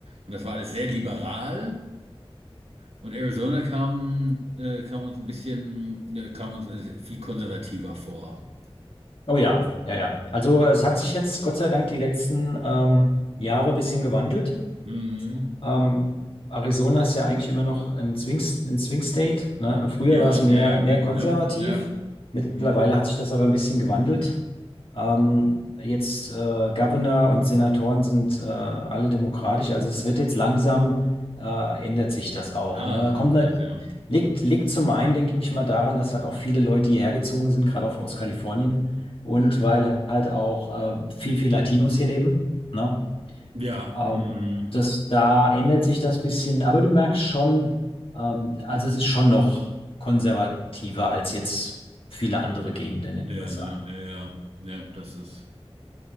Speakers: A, on the right; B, on the left.
A: das war alles sehr liberal. Und Arizona kam, äh, kam uns ein bisschen, äh, kam uns äh, viel konservativer vor.
B: Oh ja, ja, ja. Also es hat sich jetzt Gott sei Dank die letzten ähm, Jahre ein bisschen gewandelt.
A: Mhm.
B: Ähm, Arizona ist ja eigentlich immer noch ein Swing, ein Swing State, ne? Früher
A: Ja,
B: war es mehr,
A: ja, ja,
B: mehr
A: ja,
B: konservativ.
A: ne? Ja.
B: Mittlerweile
A: Mhm.
B: hat sich das aber ein bisschen gewandelt. Ähm, jetzt äh, Governor und Senatoren sind äh, alle demokratisch, also es wird jetzt langsam, äh, ändert sich das auch,
A: Ah,
B: ne? Kommt
A: das
B: ne,
A: ja.
B: liegt, liegt zum einen, denke ich mal, daran, dass halt auch viele Leute hierher gezogen sind, gerade auch aus Kalifornien und weil halt auch äh, viel, viel Latinos hier leben, ne?
A: Ja.
B: Ähm,
A: Mhm.
B: das, da ändert sich das bisschen, aber du merkst schon, ähm, also es ist schon noch konservativer als jetzt viele andere Gegenden in
A: Ja,
B: den USA.
A: ne, ja, ja. Ja, das ist.